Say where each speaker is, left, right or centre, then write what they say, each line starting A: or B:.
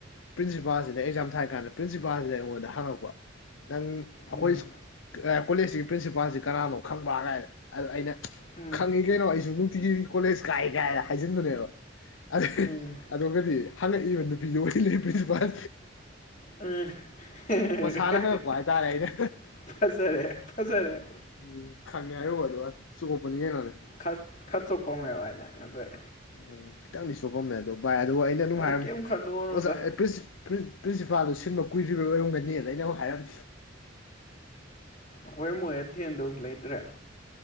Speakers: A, on the left; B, on the left.
A: ꯄ꯭ꯔꯤꯟꯁꯤꯄꯥꯜꯁꯤꯗ ꯑꯦꯛꯖꯥꯝ ꯊꯥꯔ ꯀꯥꯟꯗ ꯄ꯭ꯔꯤꯟꯁꯤꯄꯥꯜꯁꯤꯗ ꯑꯩꯉꯣꯟꯗ ꯍꯪꯉꯛꯄ ꯅꯪ ꯑꯩꯈꯣꯏ
B: ꯎꯝ
A: ꯀꯣꯂꯦꯖꯀꯤꯒꯤ ꯄ꯭ꯔꯤꯟꯁꯤꯄꯥꯜꯁꯤ ꯀꯅꯥꯅꯣ ꯈꯪꯕ꯭ꯔꯥ ꯀꯥꯏ ꯑꯩꯅ
B: ꯎꯝ
A: ꯈꯪꯉꯤ ꯀꯩꯅꯣ ꯑꯩꯁꯨ ꯅꯨꯡꯇꯤꯒꯤ ꯀꯣꯂꯦꯖ ꯀꯥꯏ ꯀꯥꯏꯅ ꯍꯥꯏꯖꯤꯟꯕꯅꯦꯕ ꯑꯗꯩ
B: ꯎꯝ
A: ꯑꯗꯨꯒꯗꯤ ꯍꯪꯉꯛꯏꯕ ꯅꯨꯄꯤꯗꯨ ꯑꯣꯢ ꯂꯩ ꯄ꯭ꯔꯤꯟꯁꯤꯄꯥꯜ
B: <unintelligible>
A: ꯃꯁꯥꯅ ꯍꯪꯉꯛꯄ ꯍꯥꯏꯇꯥꯔꯦ ꯑꯩꯅ
B: ꯐꯖꯔꯦ ꯐꯖꯔꯦ
A: ꯎꯝ ꯈꯪꯉꯦ ꯍꯥꯏꯔꯨꯕ ꯑꯗꯨꯒ ꯆꯨꯀꯣꯄꯅꯤ ꯀꯩꯅꯣꯅꯦ <inaudible>
B: ꯈ ꯈꯠ ꯆꯣꯄꯝꯃꯦꯕ ꯍꯥꯏꯅꯦ ꯑꯗꯣꯢ
A: ꯎꯝ ꯈꯤꯇꯪꯅꯤ ꯆꯣꯄꯝꯃꯦ ꯑꯗꯣ ꯚꯥꯏ ꯑꯗꯨꯒ ꯑꯩꯅ ꯅꯨꯉꯥꯢꯕ
B: ꯃꯥꯏ ꯀꯩꯝ ꯈꯜꯂꯨꯔꯅꯨꯗ
A: ꯑꯝꯗꯤ ꯄ꯭ꯔꯤꯟ ꯄ꯭ꯔꯤꯟꯁꯤꯄꯥꯜꯗꯣ ꯁꯤꯟꯕ ꯀꯨꯏꯗ꯭ꯔꯤꯕ ꯑꯣꯏꯔꯝꯒꯅꯤ ꯂꯩꯅꯕ ꯍꯥꯏꯔꯝ
B: ꯑꯣꯏꯔꯝꯃꯣꯏ ꯊꯦꯡꯗꯕꯁꯨ ꯂꯩꯇ꯭ꯔꯦ